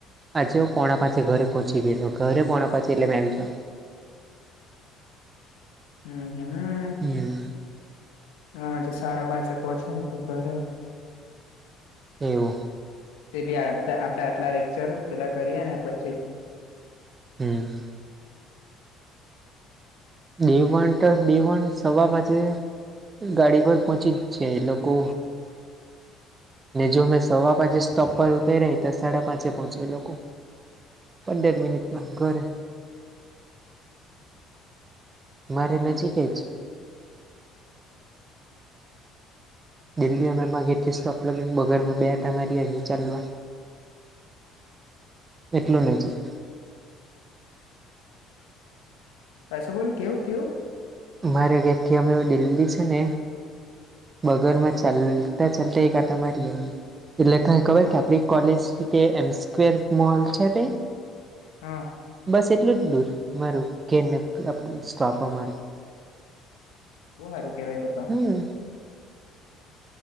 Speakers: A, on the right (about 30°); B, on the left (about 85°).
A: આજે હો પોણા પાંચે ઘરે પહોંચી ગયેલો, ઘરે પોણાં પાંચે એટલે મેં આવી જાવ.
B: હમ્મ હમ્મ
A: હમ્મ
B: આ તો સાડા પાંચે પહોંચે મે તો ઘરે.
A: એવું.
B: તે બી આટકા આપડે આટલા લેક્ચર પેલા કરીએ ને પછી થી.
A: હમ્મ ડી વન ટ ડી વન સવા પાચે ગાડી પર પહોંચી છે એ લોકો ને જો અમે સવા પાંચે સ્ટોપ પર ઉતરી રહી તો સાડા પાંચે પહોંચી એ લોકો પંદર મિનિટમાં ઘરે મારે
B: હમ
A: નજીક
B: હમ
A: જ ડેલી અમે અમારા ઘરેથી સ્ટોપ લગીન બગરમાં બે આટા મારી આવી ચાલવા એટલું નજીક
B: પાછું બોલ કેવું કેવું
A: મારે ઘેરથી અમે દિલ્હી છે ને બગર માં ચાલતા ચાલતા એક આટો મારી આવીએ એટલે કઈ ખબર કે આપડી કોલેજ થીતે એમ સ્ક્વેર મોલ છે તે
B: હા
A: બસ એટલું જ દૂર મારું ઘેર ને સ્ટોપ અમારું
B: બહુ હારુ કેહવાય તો તો
A: હમ